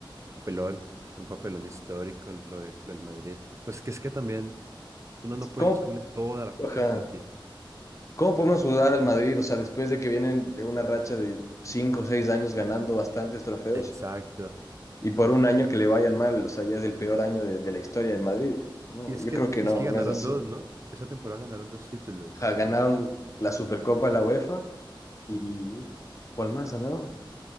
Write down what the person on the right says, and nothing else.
papelón, un papelón histórico, lo de- lo del Madrid. Pues que es que también uno no puede
echarle toda la culpa
a Ancelotti.
Exacto.
Y es
que,
es
que ganaron
dos, ¿no? Esa temporada ganaron dos títulos.